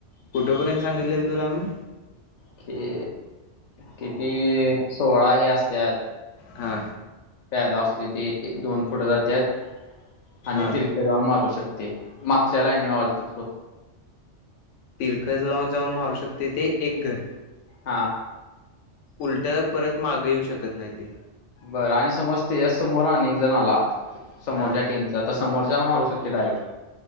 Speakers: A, on the left; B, on the left.
A: कुठेपर्यंत
B: हा.
A: सांगितलेल तुला? ह.
B: कि किती सोळा हे असतात.
A: हा.
B: प्यादा असत्या त्यात दोन फुट घेत्यात आणि
A: हा
B: तिरकं जाऊन मारू शकत ते मागच्या लाईनीवर आलतच बघ.
A: तिरक जवळ जाऊन मारू शकते ते एक घर.
B: हा.
A: उलट परत माग येऊ शकत नाही ते.
B: बरं आणि समजते याच समोर आणि एक जण आला समोरच्या
A: हा
B: टीनचा तस समोरच्याला मारू शकते डाईट